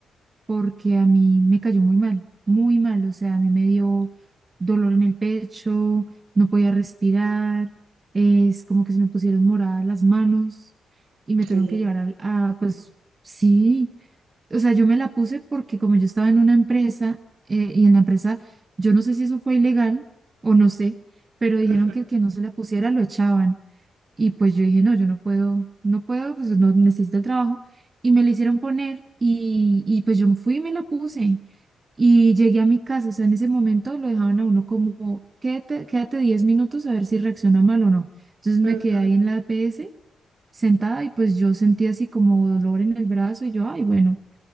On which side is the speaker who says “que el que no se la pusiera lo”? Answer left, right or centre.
Right